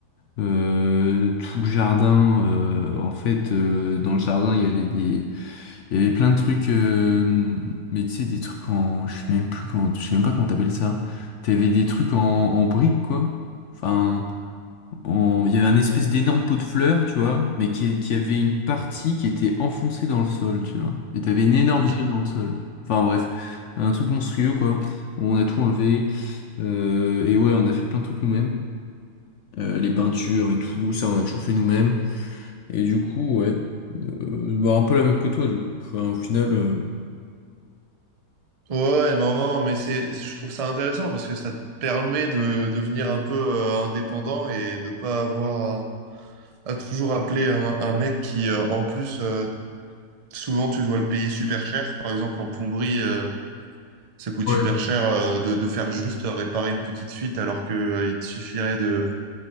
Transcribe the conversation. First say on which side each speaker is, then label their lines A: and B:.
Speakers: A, on the left (about 65°); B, on the right (about 70°).
A: Euh, tout le jardin, euh, en fait, euh, dans le jardin, il y avait des, il y avait plein de trucs, euh, mais tu sais, des trucs en, je sais même plus comment, je sais même pas comment t'appelles ça. T'avais des trucs en, en briques, quoi. Enfin on- il y avait un espèce d'énorme pot de fleurs, tu vois, mais qui, qui avait une partie qui était enfoncée dans le sol, tu vois. Et t'avais une énorme
B: Ok.
A: dalle dans le sol. Enfin bref, un truc monstrueux, quoi. On a tout enlevé. Euh, et ouais, on a fait plein de trucs nous-mêmes. Euh, les peintures et tout, ça, on a toujours fait nous-mêmes. Et du coup, ouais. Euh, bah, un peu la même que toi, du coup. Enfin, au final... euh,
B: Ouais, ouais, non, non, mais c'est, je trouve ça intéressant parce que ça te permet de devenir un peu euh, indépendant et de pas avoir à, à toujours appeler un, un mec qui, euh, en plus, euh, souvent tu dois le payer super cher. Par exemple, en plomberie, euh, ça coûte
A: Ouais.
B: super cher euh, de, de faire juste réparer une petite fuite alors que euh, il te suffirait de,